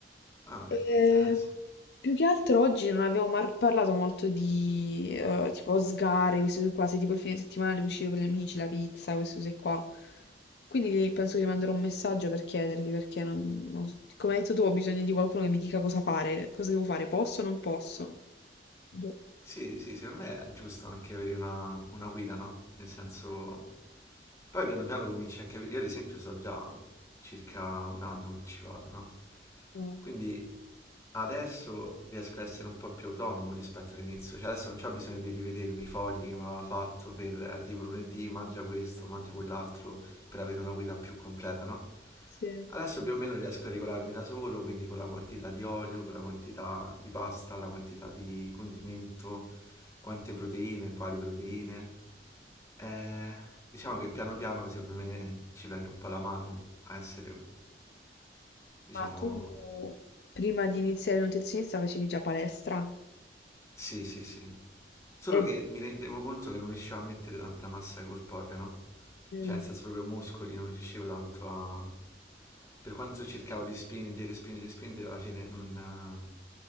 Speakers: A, on the left (about 15°); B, on the left (about 65°).
A: ah,
B: Eh,
A: eh sì.
B: più che altro oggi non abbiamo mar- parlato molto di, eh, tipo, sgari, queste cose qua, se tipo il fine settimana devo uscire con gli amici, la pizza, queste cose qua. Quindi penso che gli manderò un messaggio per chiedergli, perché non, non so. Come hai detto tu, ho bisogno di qualcuno che mi dica cosa fare, cosa devo fare, posso o non posso? Boh.
A: Sì, sì, secondo me è giusto anche avere una, una guida, no? Nel senso Poi piano piano cominci a capire, io ad esempio so già circa un anno che ci vado, no?
B: eh,
A: Quindi adesso riesco a essere un po' più autonomo rispetto all'inizio, cioè adesso non c'ho bisogno di rivedermi i fogli che mi aveva fatto per eh, tipo lunedì mangia questo, mangia quell'altro, per avere una guida più completa, no?
B: Sì.
A: Adesso più o meno riesco a regolarmi da solo, quindi con la quantità di olio, con la quantità di pasta, la quantità di condimento, quante proteine, quali proteine. Eh, diciamo che piano piano secondo me ci prendi un po' la mano a essere, diciamo,
B: Ma tu prima di iniziare il nutrizionista facevi già palestra?
A: Sì, sì, sì. Solo
B: E...
A: che mi rendevo conto che non riuscivo a mettere tanta massa corporea, no?
B: Mm.
A: Cioè, nel senso proprio muscoli, non riuscivo tanto a... Per quanto cercavo di spingere, spingere, spingere, alla fine non...